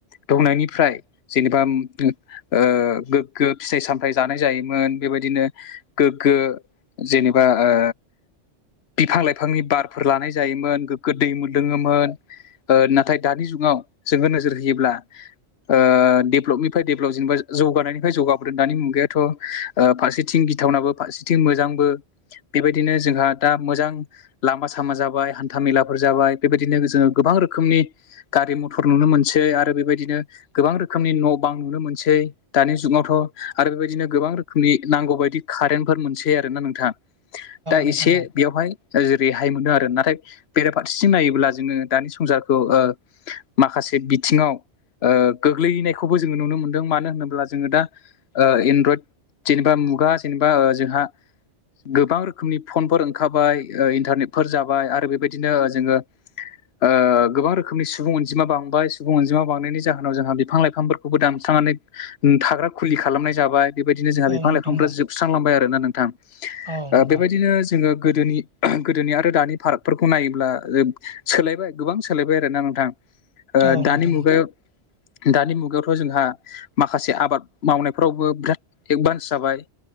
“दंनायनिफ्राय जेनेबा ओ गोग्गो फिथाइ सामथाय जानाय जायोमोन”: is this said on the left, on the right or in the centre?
Left